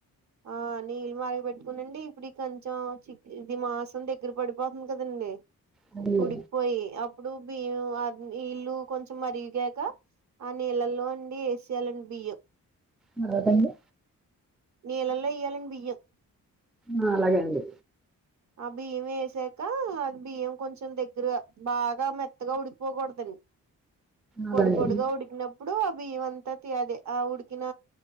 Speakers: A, on the right; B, in the centre.
A: ఆ నీళ్ళు మరగ పెట్కొనండి ఇప్పుడు కొంచెం చిక్ ఇది మాసం దగ్గర పడిపోతుంది కదండి
B: అవునండి
A: ఉడికిపోయి అప్పుడు బిం నీల్లు కొంచెం మరిగాక ఆ నీళ్లల్లో అండి ఏసెయ్యాలండి బియ్యం
B: తర్వాత అండి
A: నీలల్లో ఎయ్యాలండ్ బియ్యం
B: ఆ అలాగే అండి
A: ఆ బియ్యం వేసాక అది బియ్యం కొంచెం దగ్గరగా బాగా మెత్తగా ఉడికిపోకూడదం
B: అలాగే
A: పొడి పొడిగా
B: అండి
A: ఉడికినప్పుడు ఆ బియ్యం అంతా తి అదే ఆ ఉడికిన